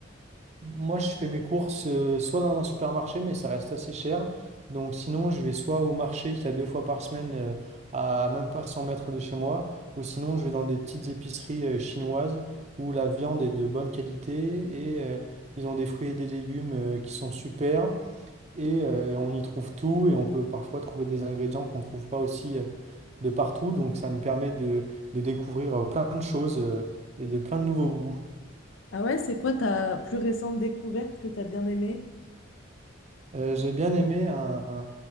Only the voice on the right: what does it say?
Moi, je fais mes courses euh, soit dans un supermarché, mais ça reste assez cher. Donc, sinon, je vais soit au marché qu'il y a deux fois par semaine euh, à même pas 100 mètres de chez moi, ou sinon, je vais dans des petites épiceries euh, chinoises où la viande est de bonne qualité et euh, ils ont des fruits et des légumes euh, qui sont super. Et euh, on y trouve tout et on peut parfois trouver des ingrédients qu'on ne trouve pas aussi euh, de partout. Donc, ça me permet de, de découvrir euh, plein de choses euh, et de plein de nouveaux goûts.
Euh, j'ai bien aimé un- un-